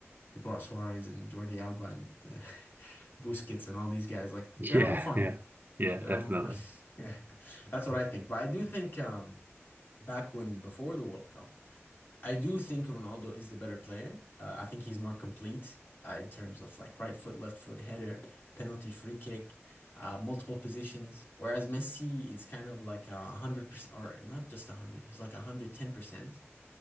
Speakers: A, on the left; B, on the right.
A: He brought Suarez and Jordi Alba and uh, <laughs> Busquets and all these guys. Like they're
B: Yeah,
A: having fun.
B: yeah, yeah,
A: They're
B: definitely.
A: having fun. <laughs> Yeah, that's what I think. But I do think um, back when before the World Cup. I do think Ronaldo is the better player. Uh, I think he's more complete uh, in terms of like right foot, left foot, header, penalty, free kick, uh, multiple positions. Whereas Messi is kind of like a hundred percent, or not just a hundred. He's like a hundred ten percent,